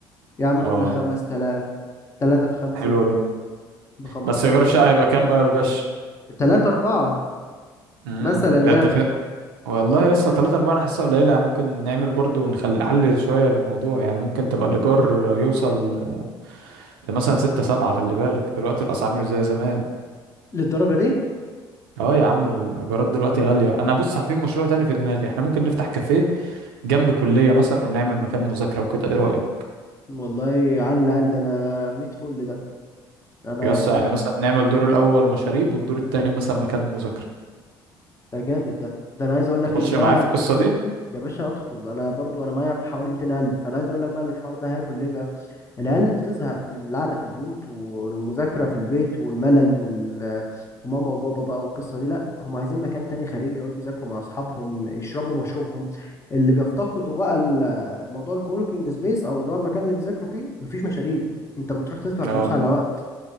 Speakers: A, on the left; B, on the right.
A: يا عم
B: اه
A: قلنا خمس تلاف تلاتة في خمسة
B: حلو ده
A: بخمستاشر
B: بس ايجار الشقه
A: ألف
B: هيبقى كام بقى يا باشا
A: تلاتة أربعة
B: امم
A: مثلا
B: ده
A: يعني
B: انت والله يا اسطى تلاتة أربعة أنا حاسسها قليلة يعني ممكن نعمل برضو ونخلي نعلل شوية الموضوع يعني ممكن تبقى الإيجار يوصل لمثلا ستة سبعة خلي بالك دلوقتي الأسعار مش زي زمان
A: للدرجة دي
B: اه يا عم الإيجارات دلوقتي غالية أنا بص في مشروع تاني في دماغي احنا ممكن نفتح كافيه جنب كلية مثلا ونعمل مكان مذاكرة وكده ايه رأيك
A: والله عالي العال ده أنا ميت فل ده أنا
B: يا اسطى
A: موافق
B: يعني مثلا نعمل دور الأول مشاريب والدور التاني مثلا مكان مذاكرة
A: ده جامد ده ده أنا عايز أقول لك
B: طب تخش
A: إن ده
B: ما معايا في حلو القصة دي
A: يا باشا ادخل انا برضو انا معايا حوالي 200 قلب فانا عايز اقول لك بقى إن الحوار ده هياكل ليه بقى العيال بتزهق من القعده في البيوت والمذاكره في البيت والملل وال- وماما وبابا بقى والقصه دي لا هم عايزين مكان تاني خارجي يقعدوا يذاكروا مع اصحابهم يشربوا مشروبهم اللي بيفتقدوا بقى ال- موضوع الكوركينج سبيس او اللي هو المكان اللي بيذاكروا فيه مفيش مشاريب انت بتروح تدفع
B: اه
A: فلوس على وقت